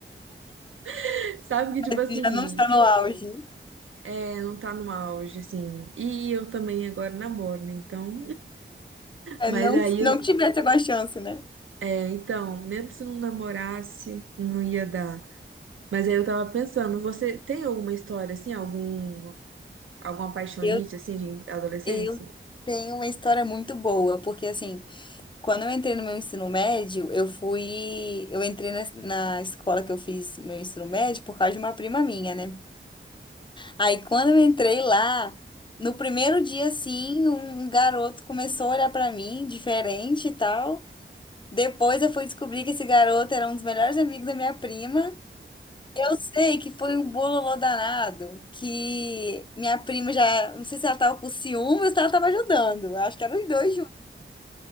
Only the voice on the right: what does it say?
<laughs> Sabe que
tipo assim,
é, não tá no auge assim. E eu também agora namoro, né? Então
Mas
aí
eu,
é, então, mesmo se não namorasse, não ia dar. Mas aí eu tava pensando, você tem alguma história assim, algum alguma paixonite
assim de adolescência?